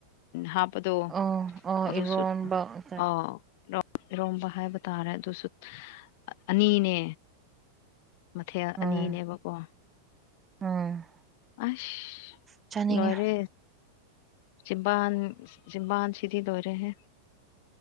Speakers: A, on the left; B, on the right.
A: ꯍꯥꯞꯄꯗꯣ
B: ꯑꯣ ꯑꯣ
A: ꯑꯗꯨꯁꯨ
B: ꯏꯔꯣꯟꯕ
A: ꯑꯧ ꯔꯣ ꯏꯔꯣꯝꯕ ꯍꯥꯏꯕ ꯇꯥꯔꯦ ꯑꯗꯨꯁꯨ ꯑꯅꯤꯅꯦ ꯃꯊꯦꯜ
B: ꯎꯝ
A: ꯑꯅꯤꯅꯦꯕꯀꯣ
B: ꯎꯝ
A: ꯑꯁ
B: ꯆꯥꯅꯤꯡꯉꯦ
A: ꯂꯣꯢꯔꯦ ꯆꯤꯝꯕꯥꯥꯟ ꯆꯤꯝꯕꯥꯥꯟ ꯁꯤꯗꯤ ꯗꯣꯔꯦ ꯍꯦ